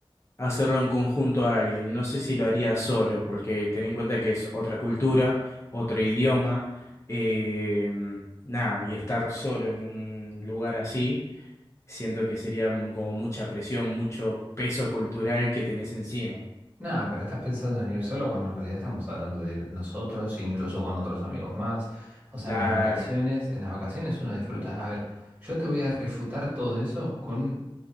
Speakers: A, on the left; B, on the right.
A: hacerlo en conjunto a alguien. No sé si lo haría solo, porque ten en cuenta que es otra cultura, otro idioma, eh, nada, y estar solo en un lugar así. Siento que sería mm, como mucha presión, mucho peso cultural que tenés encima.
B: Nada, pero estás pensando en ir solo cuando en realidad estamos hablando de ir nosotros, incluso con otros amigos más. O sea,
A: Claro.
B: en las vacaciones, en las vacaciones uno disfruta. A ver, yo te voy a refutar todo eso con